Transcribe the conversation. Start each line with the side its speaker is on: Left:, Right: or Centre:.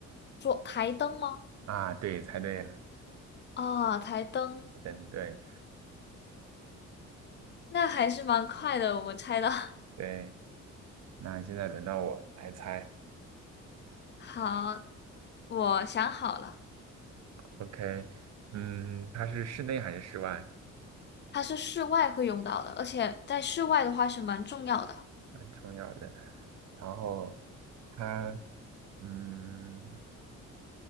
Left: 桌台灯吗？
Right: 啊，对，猜对了，
Left: 啊、台灯，
Right: 等对
Left: 那还是蛮快的，我们猜的。
Right: 对，那现在轮到我来猜
Left: <laughs> 好，我想好了，
Right: ，OK，嗯，它是室内还是室外？
Left: 它是室外会用到的，而且在室外的话是蛮重要的。
Right: 蛮重要的。然后它，嗯。